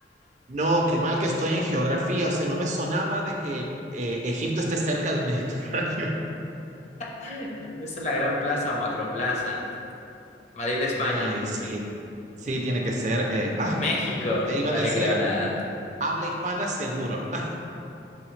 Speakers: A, on the right (about 40°); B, on the left (about 40°).
A: no, qué mal que estoy en geografía. O sea, no me sonaba de que eh, Egipto esté cerca del Mediterráneo.
B: <laughs> ¿Dónde está la Gran Plaza o Macroplaza? Madrid,
A: <laughs>
B: España.
A: Ay, sí. Sí, tiene que ser. eh, ah,
B: México.
A: Te iba
B: No
A: a decir,
B: le creo nada.
A: habla hispana seguro.